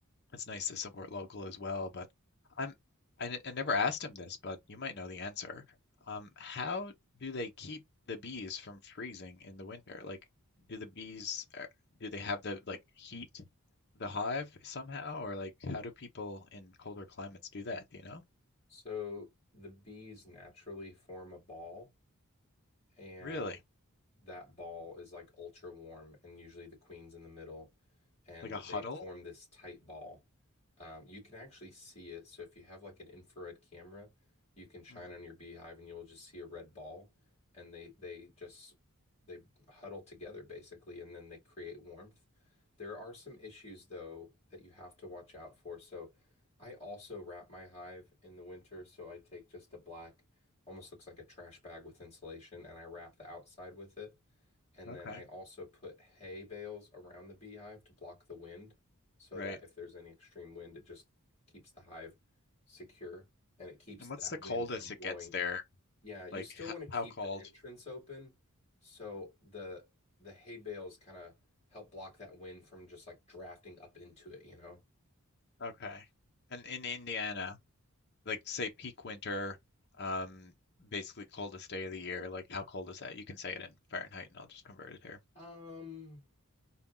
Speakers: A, on the left; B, on the left.
A: it's nice to support local as well, but I'm I, n- I never asked him this, but you might know the answer. Um, how do they keep the bees from freezing in the winter? Like, do the bees uh, do they have the like heat the hive somehow, or like how do people in colder climates do that? Do you know?
B: So the bees naturally form a ball and
A: Really?
B: that ball is like ultra warm, and usually the queen's in the middle, and
A: Like a
B: they
A: huddle?
B: form this tight ball. Um, you can actually see it. So if you have like an infrared camera, you can shine
A: Hmm,
B: on your beehive, and you'll just see a red ball, and they they just they huddle together basically, and then they create warmth. There are some issues though that you have to watch out for. So I also wrap my hive in the winter, so I take just a black almost looks like a trash bag with insulation, and I wrap the outside with it. And
A: okay,
B: then I also put hay bales around the beehive to block the wind so
A: right.
B: that if there's any extreme wind, it just keeps the hive secure and it keeps
A: And
B: that
A: what's the coldest
B: wind from blowing.
A: it gets there?
B: Yeah, you
A: Like
B: still
A: h-
B: want to keep
A: how cold?
B: the entrance open so the the hay bales kind of help block that wind from just like drafting up into it, you know?
A: Okay. And in Indiana. like say peak winter, um, basically coldest day of the year. Like how cold is that? You can say it in Fahrenheit, and I'll just convert it here.
B: Um,